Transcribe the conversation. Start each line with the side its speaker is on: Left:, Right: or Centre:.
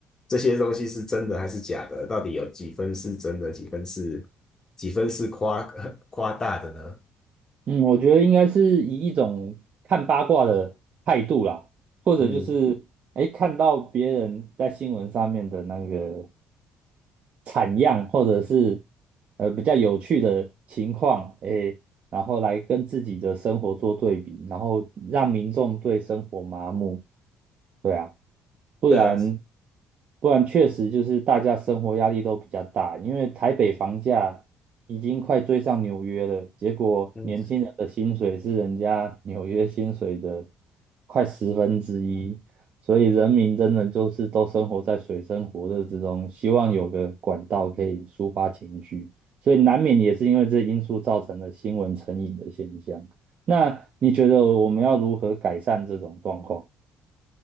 Left: 这些东西是真的还是假的，到底有几分是真的，几分是几分是夸 <laughs> 夸大的呢？
Right: 嗯，我觉得应该是以一种看八卦的态度啦，或者就是哎看到别人在新闻上面的那个
Left: 嗯，
Right: 产样，或者是呃比较有趣的情况，诶，然后来跟自己的生活做对比，然后让民众对生活麻木，对啊，不然
Left: 对啊，
Right: 不然确实就是大家生活压力都比较大，因为台北房价已经快追上纽约了，结果年轻人的薪水是人家纽约薪水的
Left: 嗯，
Right: 快十分之一，所以人民真的就是都生活在水深火热之中，希望有个管道可以抒发情绪，所以难免也是因为这因素造成了新闻成瘾的现象。那你觉得我们要如何改善这种状况